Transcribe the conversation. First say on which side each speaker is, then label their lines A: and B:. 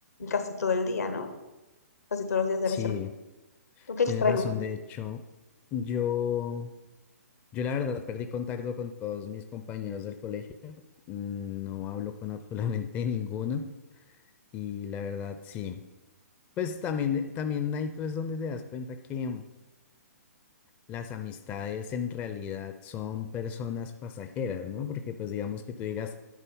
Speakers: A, on the left; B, on the left.
A: casi todo el día, ¿no? Casi todos los días de
B: Sí,
A: la semana. ¿Tú qué
B: tienes
A: extrañas?
B: razón. De hecho, yo, yo la verdad perdí contacto con todos mis compañeros del colegio. Mm, No hablo con absolutamente <laughs> ninguno. Y la verdad, sí. Pues también, también ahí tú es donde te das cuenta que mm, las amistades en realidad son personas pasajeras, ¿no? Porque pues digamos que tú digas,